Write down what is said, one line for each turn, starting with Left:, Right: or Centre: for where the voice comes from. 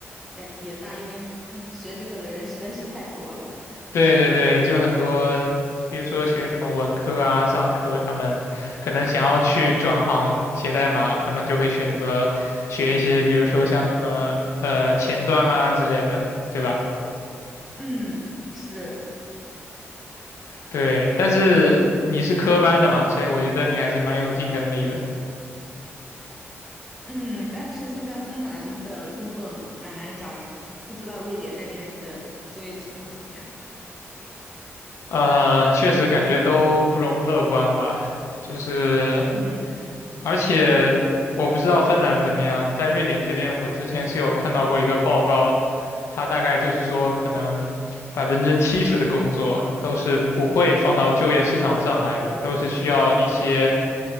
Centre: 也也大，因为他学这个的人实在是太多了。
Left: 对对对，就很多，比如说学什么文科啊、商科，他们可能想要去转行写代码，他们就会选择学一些，比如说像什么呃前端啊之类的，对吧？
Centre: 嗯，是，
Left: 对，但是你是科班的嘛，所以我觉得你还是蛮有竞争力的。
Centre: 嗯，但是现在芬兰的工作蛮难找，不知道瑞典那边的就业情况怎么样。
Left: 呃，确实感觉都不容乐观吧，就是。
Centre: 嗯
Left: 而且我不知道芬兰怎么样，在瑞典这边，我之前是有看到过一个报告，它大概就是说，可能百分之七十的工作都是不会放到就业市场上来的，都是需要一些